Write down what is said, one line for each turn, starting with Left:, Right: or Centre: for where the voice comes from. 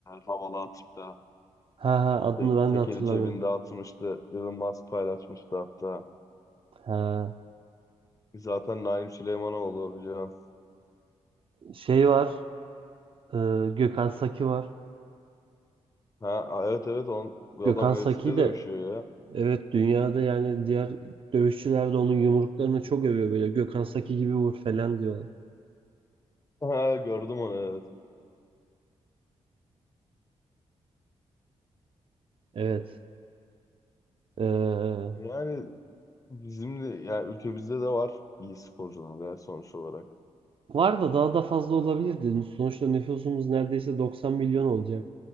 Left: havalı atıkta.
Right: Ha ha adını
Left: Te
Right: ben
Left: tekeli
Right: de hatırlamıyorum.
Left: cebinde atmıştı. Elon Musk paylaşmıştı hatta.
Right: Ha
Left: Zaten Naim Süleymanoğlu biliyorsun.
Right: şey var. e, Gökhan Saki var.
Left: Ha, a- evet evet on, bu
Right: Gökhan
Left: adam UFC'de
Right: Saki de
Left: dövüşüyor ya. <laughs>
Right: evet dünyada yani diğer dövüşçüler de onun yumruklarını çok övüyor böyle. Gökhan Saki gibi vur falan diyorlar.
Left: Ha, gördüm onu evet.
Right: Evet. E,
Left: Yani bizim de yani ülkemizde de var iyi sporcular ya sonuç olarak.
Right: var da daha da fazla olabilirdi. Sonuçta nüfusumuz neredeyse 90 milyon olacak.